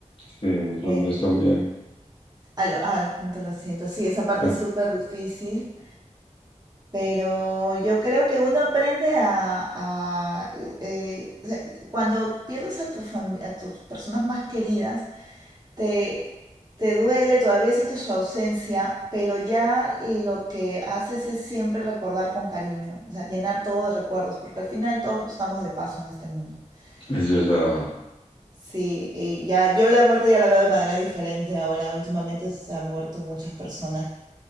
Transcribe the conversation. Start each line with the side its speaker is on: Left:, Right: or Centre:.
Left: Sí, los
Right: eh,
Left: míos también.
Right: al, al cuánto lo siento. Sí, esa parte
Left: Ah,
Right: es súper difícil, pero yo creo que uno aprende a, a, eh, o sea, cuando pierdes a, tu fami- a tus personas más queridas, te, te duele, todavía sientes su ausencia, pero ya lo que haces es siempre recordar con cariño, o sea, llenar todo de recuerdos, porque al final todos estamos de paso en este mundo.
Left: Es verdad.
Right: Entonces, sí, y ya yo la muerte ya la veo de manera diferente ahora. Últimamente se han muerto muchas personas